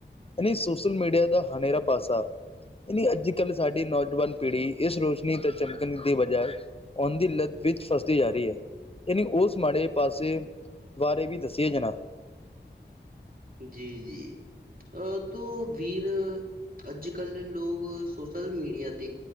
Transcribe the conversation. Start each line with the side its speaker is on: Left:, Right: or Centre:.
Left: نی سوشل میڈیا کا ہرا پاسا نی اج کل سی نوجوان پیڑھی اس روشنی ت چمکن کی بجائے فون دی لت ویچ فس دی جا رہی ہے نی اس ماڑے پاسے بے بھی دسیے جنا
Right: جی جی ا تو ویر اج کل لوگ سوشل میڈیا ت